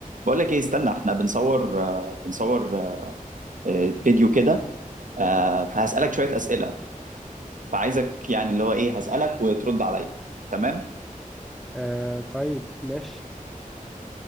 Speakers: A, on the right; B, in the centre.
A: بقول لك ايه استنى احنا بنصور آه، بنصور آه، فيديو كده آه، فهسألك شوية أسئلة فعايزك يعني اللي هو ايه هسألك وترد عليا تمام
B: آه طيب ماشي